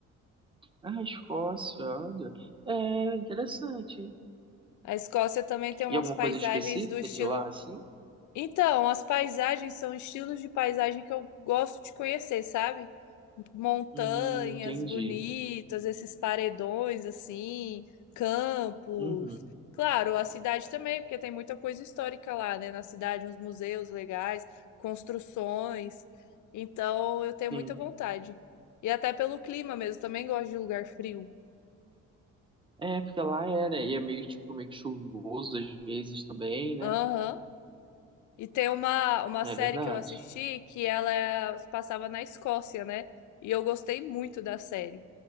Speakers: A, on the right; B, on the left.
A: Ah, Escócia, olha. É interessante, hein?
B: A Escócia também tem umas
A: E alguma
B: paisagens
A: coisa específica
B: do estilo
A: de lá, assim?
B: Então, as paisagens são estilos de paisagem que eu gosto de conhecer, sabe? Montanhas
A: Hum, entendi.
B: bonitas, esses paredões assim, campos.
A: Uhum,
B: Claro, a cidade também, porque tem muita coisa histórica lá, né? Na cidade, uns museus legais, construções. Então, eu tenho
A: sim.
B: muita vontade. E até pelo clima mesmo, também gosto de lugar frio.
A: É, porque lá é, né? e é meio, tipo, meio que chuvoso às vezes também, né?
B: Aham. E tem uma, uma série
A: É verdade.
B: que eu assisti que ela é, passava na Escócia, né? E eu gostei muito da série.